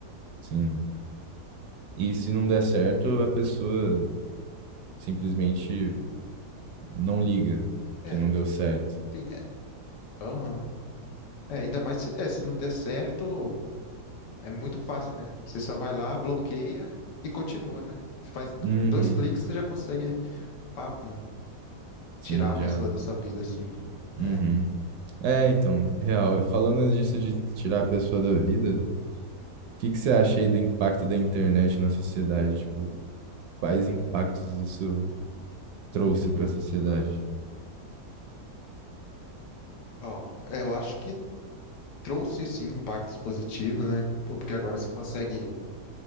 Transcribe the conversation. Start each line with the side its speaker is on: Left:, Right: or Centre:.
Right: sim. E se não der certo, a pessoa simplesmente não liga que
Left: É,
Right: não deu certo.
Left: sim, é, aham. É, ainda mais se, é, se não der certo, é muito fácil, né? Você só vai lá, bloqueia e continua, né? Faz do-
Right: Uhum,
Left: dois cliques, você já consegue, papo,
Right: sim,
Left: tirar a
Right: já.
Left: pessoa da sua vida, assim.
Right: Uhum.
Left: É.
Right: É, então, real. Falando disso de tirar a pessoa da vida, o que que você acha aí do impacto da internet na sociedade? Tipo, quais impactos isso trouxe para a sociedade?
Left: Ó, eu acho que trouxe sim impactos positivos, né? Pô, porque agora você consegue